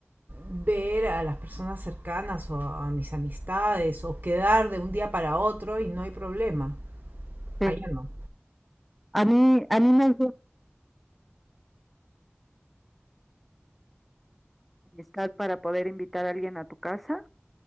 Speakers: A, on the right; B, in the centre.
A: ver a las personas cercanas o a mis amistades o quedar de un día para otro y no hay problema.
B: Sí.
A: Allá no.
B: A mí, a mí me ayuda la amistad para poder invitar a alguien a tu casa.